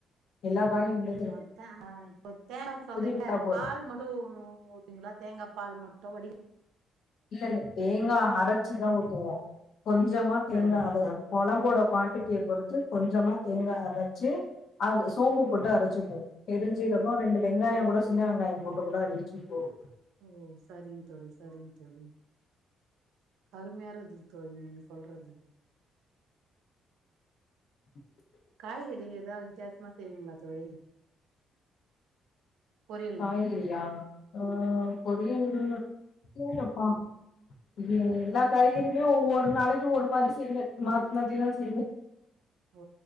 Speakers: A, on the left; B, on the right.
A: எல்லா காயு இவுங்ளு
B: அத்தா இப்ப தேங்கா சொல்றீங்ள
A: விட்டா போது
B: பால் மட்டு ஊத் தீங்களா தேங்கா பால் மட்டு வடிகட்
A: இல்ல தேங்கா அரச்சிதா ஊத்துவோ கொஞ்சமா தேங்கா
B: சரி
A: அத கொழம்போட குவான்டிட்டிய பொருத்து கொஞ்சமா தேங்கா அரச்சு அ சோம்பு போட்டு அரச்சிப்போ பெரூஞ்சீரக ரெண்டு வெங்காயோ கூட சின்ன வெங்காயோ போட்டு கூட அடிச்சீ போடுவோ
B: ஓ சரிங் தோழி சரிங் தோழி அருமையா இருக்குது தோழி நீங்க சொல்றது
A: <inaudible>
B: காய்கறி எதாவுது வித்யாசமா செய்விங்களா தோழி பொரியல்
A: காய்கறியா ஆ பொரியல் கூடப்பா ஏ எல்லா காய்கறியுமே ஒவ்வொரு நாளைக்கு ஒரு மாரி செய்வே மாத்தி மாத்திதா செய்வே <inaudible>
B: ஓ